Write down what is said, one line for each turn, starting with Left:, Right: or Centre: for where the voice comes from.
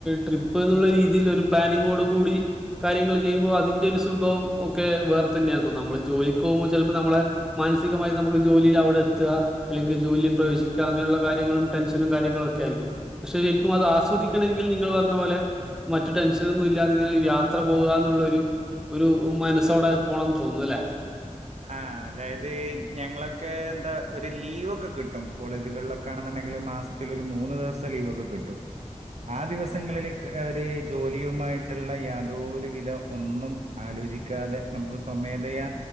Centre: ട്രിപ്പ് എന്നുള്ള രീതിൽ ഒരു പ്ലാനിങ്ങോട് കൂടി കാര്യങ്ങൾ ചെയ്യുമ്പോൾ അതിന്റെ ഒരു സുഖം ഒക്കെ വേറെ തന്നെയാ തോന്നും നമ്മള് ജോലിക്ക് പോകുമ്പോൾ ചിലപ്പോൾ നമ്മളെ മാനസികമായി നമുക്ക് ജോലിയിൽ അവിടെ എത്തുക അല്ലെങ്കിൽ ജോലിയി പ്രവശിക്കുക അങ്ങനെയുള്ള കാര്യങ്ങളും ടെൻഷനും കാര്യങ്ങളും ഒക്കെ ആയിരിക്കും പക്ഷെ ശരിക്കും അത് ആസ്വദിക്കണമെങ്കിൽ നിങ്ങൾ പറഞ്ഞ പോലെ മറ്റു ടെൻഷനൊന്നും ഇല്ലാതെ ഇങ്ങനെ യാത്ര പോകുകന്നുള്ള ഒരു മനസ്സോടെ പോണംന്ന് തോന്നും അല്ലെ
Right: ആഹ അതായത് ഞങ്ങളൊക്കെ എന്താ ഒരു ലീവൊക്കെ കിട്ടും കോളേജുകളിലൊക്കെ ആണെന്നുണ്ടെങ്കില് മാസത്തില ഒരു മൂന്ന് ദിവസത്തെ ലീവൊക്കെ കിട്ടും ആ ദിവസങ്ങളിൽ ഒരു ജോലിയുമായിട്ടുള്ള യാതൊരു വിധ ഒന്നും ആലോചിക്കാതെ നമുക്ക് സ്വമേധയാ